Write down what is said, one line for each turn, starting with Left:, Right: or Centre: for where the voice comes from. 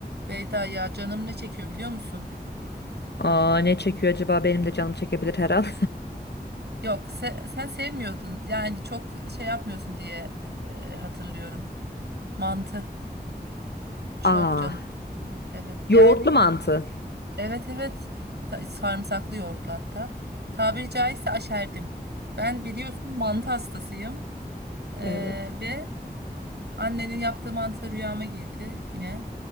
Right: Beyda ya canım ne çekiyor biliyor musun?
Left: Aa, ne çekiyor acaba? Benim de canım çekebilir her an.
Right: Yok se- sen sevmiyordun yani çok şey yapmıyorsun diye e, hatırlıyorum. Mantı çok
Left: <laughs> Aa,
Right: canım çekiyor. Evet
Left: yoğurtlu
Right: yani
Left: mantı.
Right: evet evet Ta- sarımsaklı yoğurtlu hatta. Tabiri caizse aşerdim. Ben biliyorsun mantı hastasıyım E,
Left: Evet.
Right: ve annenin yaptığı mantı da rüyama girdi yine.